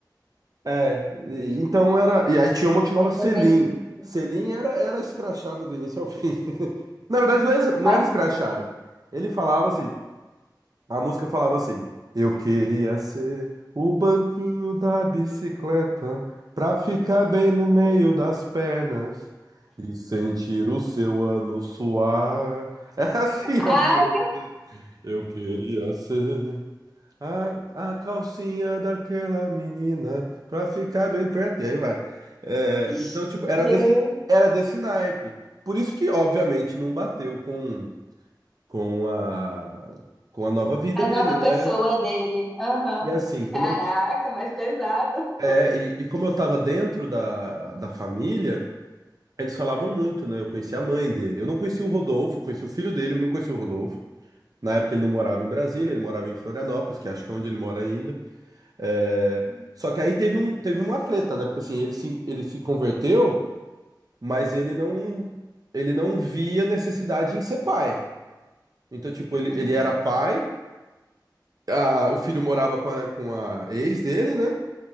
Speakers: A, on the right; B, in the centre.
A: É, e- então era. E aí tinha uma que chamava
B: é pesadinho.
A: Selim.
B: assim.
A: Selim era, era escrachada do início ao fim. <laughs> Na verdade, não era, não
B: Ai,
A: era escrachada. Ele falava assim. A música falava assim: Eu queria ser o banquinho da bicicleta pra ficar bem no meio das pernas e sentir o seu ano suar. <laughs> Era assim
B: ai,
A: a música. Eu queria ser a, a calcinha daquela menina pra ficar bem perto. E aí vai. É,
B: que...
A: então, tipo, era
B: Deus.
A: desse, era desse naipe. Por isso que, obviamente, não bateu com, com a, com a nova vida
B: A nova
A: dele, né?
B: pessoa dele. Aham.
A: E assim, como
B: Caraca,
A: eu,
B: mais pesado.
A: é, e, e como eu tava dentro da, da família, eles falavam muito, né? Eu conheci a mãe dele. Eu não conheci o Rodolfo, eu conheci o filho dele, eu não conheci o Rodolfo. Na época ele não morava em Brasília, ele morava em Florianópolis, que acho que é onde ele mora ainda. É,
B: Hum,
A: Só que aí teve um, teve uma treta, né? Porque assim, ele se, ele se converteu, mas ele não, ele não via necessidade em ser pai. Então, tipo, ele,
B: hum,
A: ele era pai, a- o filho morava com a, com a ex dele, né?